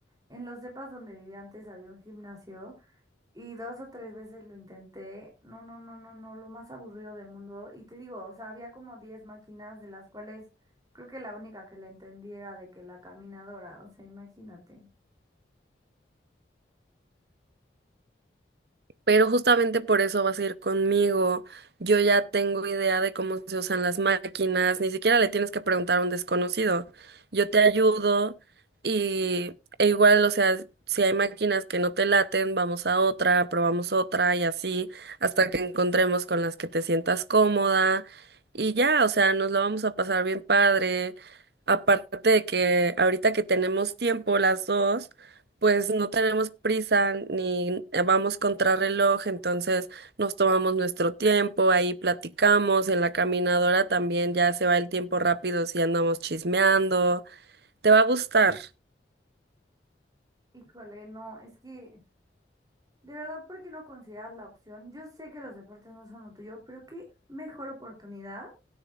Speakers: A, on the right; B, on the right.
A: en los depas donde vivía antes había un gimnasio y dos o tres veces lo intenté. No, no, no, no, no, lo más aburrido del mundo. Y te digo, o sea, había como 10 máquinas de las cuales creo que la única que le entendía era de que la caminadora, o sea, imagínate.
B: pero justamente por eso vas a ir conmigo. Yo ya tengo idea de cómo se usan las máquinas, ni siquiera le tienes que preguntar a un desconocido. Yo te ayudo y e igual, o sea, si hay máquinas que no te laten, vamos a otra, probamos otra y así hasta que encontremos con las que te sientas cómoda y ya, o sea, nos lo vamos a pasar bien padre. Aparte de que ahorita que tenemos tiempo las dos, pues no tenemos prisa ni vamos contrarreloj, entonces nos tomamos nuestro tiempo, ahí platicamos, en la caminadora también ya se va el tiempo rápido si andamos chismeando, te va a gustar.
A: Híjole, no, es que de verdad, ¿por qué no consideras la opción? Yo sé que los deportes no son lo tuyo, pero qué mejor oportunidad